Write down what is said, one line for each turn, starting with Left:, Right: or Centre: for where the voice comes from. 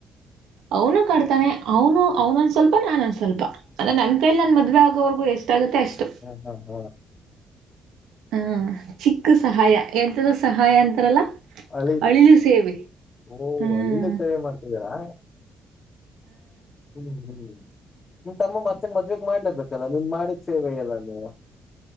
Right: ಅವನು ಕಡ್ತಾನೆ ಅವನು ಅವನೊಂದ ಸ್ವಲ್ಪ ನಾನೊಂದು ಸ್ವಲ್ಪ ಅಂದೆ ನನ್ ಕೈಲಿ ನನ್ ಮದ್ವೆ ಆಗೋವರ್ಗೂ ಎಷ್ಟಾಗುತ್ತೆ ಅಷ್ಟು
Left: ಹ್ಮ್ ಹ್ಮ್ ಹ್ಮ
Right: ಹ್ಮ ಚಿಕ್ಕ ಸಹಾಯ ಎಂತದ ಸಹಾಯ ಅಂತಾರಲ್ಲ
Left: ಹಳಿ
Right: ಅಳಿಲು ಸೇವೆ
Left: ಓ
Right: ಹ್ಮ
Left: ಹಳಿಲಿ ಸೇವೆ ಮಾಡ್ತಿದ್ದೀರಾ ಹ್ಮ್ ಹ್ಮ್ <unintelligible> <unintelligible> ನಿ ತಮ್ಮ ಮತ್ತೇನ್ ಮದ್ವೆಗ್ ಮಾಡ್ಲೇಬೇಕಲ್ಲ ನೀನ್ ಮಾಡಿದ ಸೇವೆ ಎಲ್ಲ ನೀ